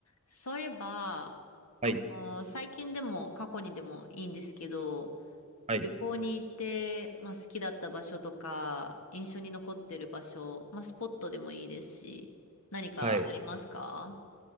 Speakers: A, on the left; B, on the right.
A: そういえば、あの、
B: はい、
A: 最近でも過去にでもいいんですけど、
B: はい、
A: 旅行に行って、まあ、好きだった場所とか、印象に残ってる場所、まあ、スポットでもいいですし、何かありますか
B: はい。